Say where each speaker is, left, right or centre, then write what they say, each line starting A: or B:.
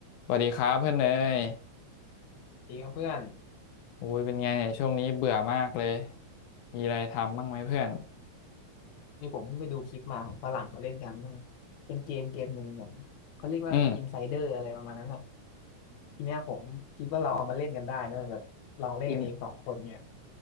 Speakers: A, on the left; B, on the left.
A: สวัสดีครับเพื่อนเนย
B: ดีครับเพื่อน
A: โอ้ยเป็นไงเนี่ยช่วงนี้เบื่อมากเลย มีอะไรทำบ้างไหมเพื่อน
B: นี่ผมเพิ่งไปดูคลิปมาของฝรั่งเขาเล่นกันมากเป็นเกมเกมหนึ่งเหมือนเขาเรียกว่าอินไซเดอร์อะไรประมาณนั้นอ่ะ
A: อืม
B: ทีเนี้ยผมคิดว่าเราเอามาเล่นกันได้นะแบบลองเล่นกันเองสองคนเนี่ย
A: อิน